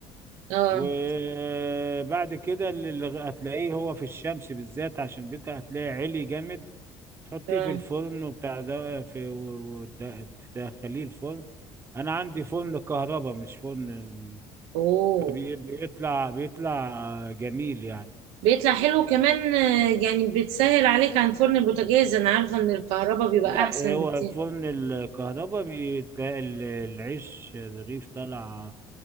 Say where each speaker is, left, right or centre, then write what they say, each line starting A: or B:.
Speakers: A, on the right; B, on the right.
A: اه
B: وبعد كده اللي اللي هتلاقيه هو في الشمس بالذات عشان بيتها هتلاقيه عالي جامد تحطيه
A: اه
B: في الفرن وبتاع ده في و- و- ده- تدخليه الفرن انا عندي فرن كهرباء مش فرن
A: اوه
B: فبيطلع بيطلع جميل يعني
A: بيطلع حلو كمان آه، يعني بتسهل عليك عن فرن البوتاجاز انا عارفة ان الكهرباء بيبقى
B: ده
A: احسن
B: هو
A: بكتير
B: فرن الكهرباء بيتلاقي ال- العيش الرغيف طالع